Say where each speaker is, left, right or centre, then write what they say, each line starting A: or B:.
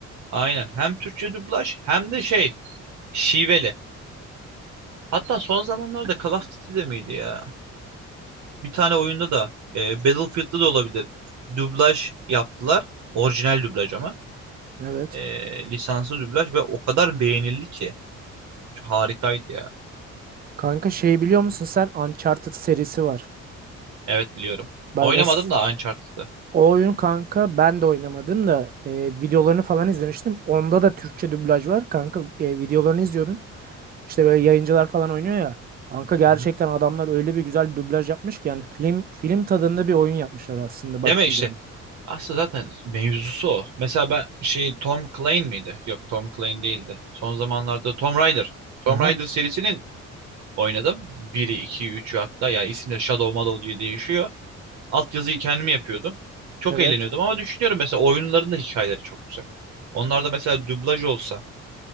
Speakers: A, on the right; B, on the right.
A: Aynen. Hem Türkçe dublaj hem de şey şiveli. Hatta son zamanlarda Call of Duty'de miydi ya? bir tane oyunda da e, Battlefield'da da olabilir. Dublaj yaptılar. Orijinal dublaj ama.
B: Evet.
A: E, lisanslı dublaj ve o kadar beğenildi ki. Harikaydı ya.
B: Kanka şey biliyor musun sen Uncharted serisi var.
A: Evet biliyorum.
B: Bak
A: Oynamadım
B: mes,
A: da Uncharted'ı.
B: o oyun kanka ben de oynamadım da e, videolarını falan izlemiştim. Onda da Türkçe dublaj var kanka e, videolarını izliyordum. İşte böyle yayıncılar falan oynuyor ya. Kanka gerçekten
A: Hı hı.
B: adamlar öyle bir güzel dublaj yapmış ki yani film film tadında bir oyun yapmışlar aslında baktığın
A: Deme işte.
B: zaman.
A: Aslında zaten mevzusu o. Mesela ben şey Tom Clancy miydi? Yok Tom Clancy değildi. Son zamanlarda Tom Raider. Tom
B: Aha
A: Raider serisinin oynadım. biri 2'yi, üçü hatta. Yani isimleri Shadow Mallow diye değişiyor. Altyazıyı kendimi yapıyordum. Çok
B: evet.
A: eğleniyordum ama düşünüyorum mesela oyunların da hikayeleri çok güzel. Onlar da mesela dublaj olsa